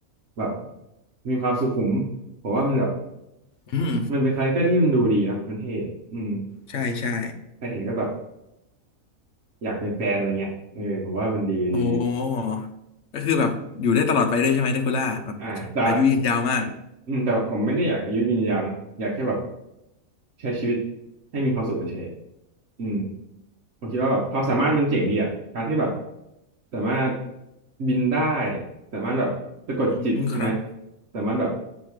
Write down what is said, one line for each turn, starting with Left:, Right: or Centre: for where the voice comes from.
Right: แบบมีความสุขุมผมว่ามันแบบ
Left: อืม
Right: มันเป็นคาแรคเตอร์ที่มันดูดีนะมันเท่อืม
Left: ใช่ใช่
Right: ใครเห็นก็แบบ อยากเป็นแฟนอะไรเงี้ยเออผมว่ามันดีดี
Left: โอ้ก็คือแบบอยู่ได้ตลอดไปด้วยใช่ไหมเดคูล่าแบบ
Right: อ่าแต่
Left: อายุยืนยาวมาก
Right: อืมแต่ผมไม่ได้อยากอายุยืนยาวนะอยากแค่แบบใช้ชีวิตให้มีความสุขเฉยๆอืมผมคิดว่าแบบความสามารถมันเจ๋งดีอ่ะการที่แบบสามารถบินได้สามารถแบบสะกดจิตใช่ไหม
Left: อืมครับ
Right: สามารถแบบ